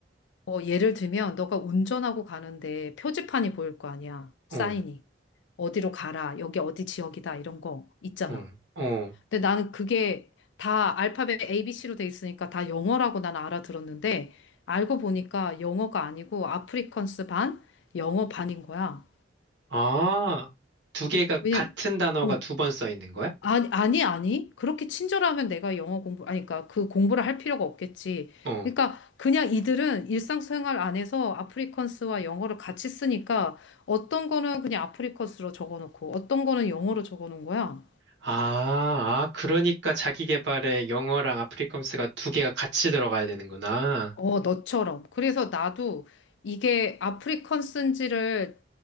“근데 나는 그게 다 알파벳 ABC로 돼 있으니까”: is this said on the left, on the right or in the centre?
Left